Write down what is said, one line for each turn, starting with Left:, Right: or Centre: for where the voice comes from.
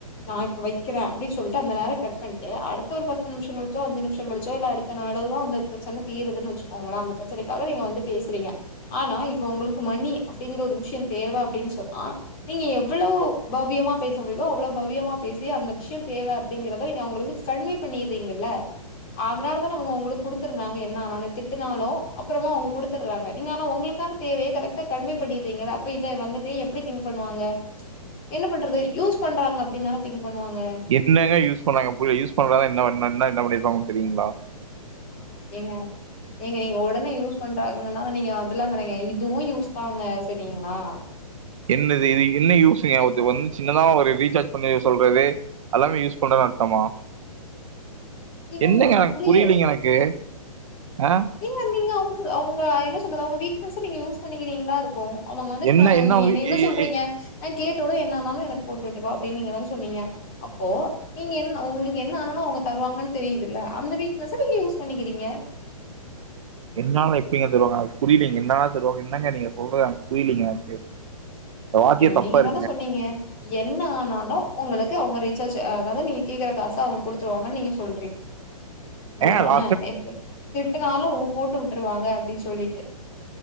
Left: நா இப்ப வைக்கிறேன் அப்படினு சொல்லிட்டு அந்த நேரம் கட் பண்ணிட்டு அடுத்த ஒரு அஞ்சு நிமிஷம் கழிச்சோ பத்து நிமிஷம் கழிச்சோ இல்ல அடுத்த நாளோ அந்த பிரெச்சனை தீந்துனு வச்சுக்கோங்களா அந்த பிரச்னைனக்காக நீங்க வந்து பேசுனிங்க ஆனா இப்ப உங்களுக்கு மணி அப்படிங்க ஒரு விஷயம் தேவ அப்டினு சொன்னா நீங்க எவ்ளவு பவியமா பேச முடியோ அவளவு பவியமா பேசி அந்த விஷய தேவ அவுங்கங்களுக்கு கண்வை பண்ணீரீங்கள அத உங்களுக்கு குடுதிருந்தாங்க என்ன ஆனாலும் திட்டுனாலும் அப்றோமா அவங்க குடுதுறாங்க ஆனா உங்களுக்கு தான தேவையே கரெக்டா கண்வே பண்ணிறீங்கள அப்ப இத வந்துட்டு எப்படி திங்க் பண்ணுவாங்க என்ன பண்றது யூஸ் பண்றாங்க அப்டி தான திங்க் பண்ணுவாங்க
Right: என்னங்க யூஸ் பண்றா பு யூஸ் பண்றனன என்ன பண்ணிரு தெரியீங்களா
Left: ஏங்க ஏங்க நீங்க உடனே யூஸ் பண்றாங்கன்னா நீங்க அதல்லாம் கிடைய இதுவும் யூஸ் தாங்க சரிங்களா
Right: என்னது இது என்ன யூஸ்ங்க வந்து சின்னதா ஒரு ரீசார்ஜ் பண்ணி சொல்றது எல்லாமே யூஸ் பண்றன்னனு அர்த்தமா
Left: ஏங்க
Right: என்னங்க
Left: உங்களுக்கு
Right: எனக்கு
Left: புரிய
Right: புரியலீங்க எனக்கு ஆ
Left: ஏங்க நீங்க அவங்க என்ன சொல்றது அவங்க வீக்னஸ் நீங்க யூஸ் பண்ணிக்கீங்களா இருக்கும் அவங்க வந்துட்டு
Right: என்ன
Left: நான் நீ
Right: உங்க
Left: என்ன என்ன
Right: எ
Left: சொல்றீங்க
Right: எ எ-
Left: நான் கேட்டோட என்ன ஆனாலும் எனக்கு போட்டு விட்டுப்ப அப்படின்னு நீங்கதான சொன்னீங்க அப்போ நீங்க என்ன உங்களுக்கு என்ன ஆனாலும் அவங்க தருவாங்கன்னு தெரியுதல்ல அந்த வீக்னஸ் நீங்க யூஸ் பண்ணிக்கிறீங்க
Right: என்னால இப்பங்க தருவாங்க அது புரியலைங்க என்னால தருவாங்க என்னங்க நீங்க சொல்றது புரியலைங்க எனக்கு இந்த வார்த்தையே
Left: ஏங்க
Right: தப்பா
Left: நீங்க
Right: இருக்குங்க
Left: தான சொன்னீங்க என்ன ஆனாலும் உங்களுக்கு அவங்க ரீசார்ஜ் அதாவது நீங்க கேக்குற காசு அவங்க குடுத்துருவாங்கன்னு நீங்க சொல்றீங்க
Right: <unintelligible>
Left: அப்படிதான
Right: ஏங்க
Left: எப்டி திட்டுனாலு அவங்க போட்டு விட்டுருவாங்க அப்டின்னு சொல்லிட்டு